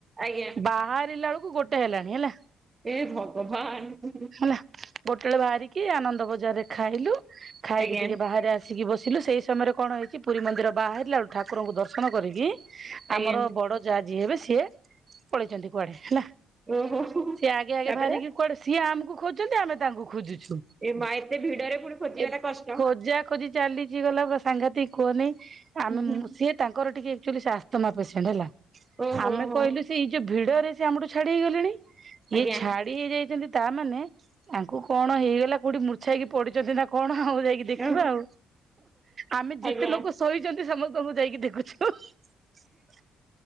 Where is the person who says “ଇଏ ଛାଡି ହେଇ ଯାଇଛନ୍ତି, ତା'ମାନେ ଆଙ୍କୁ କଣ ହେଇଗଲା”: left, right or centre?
Right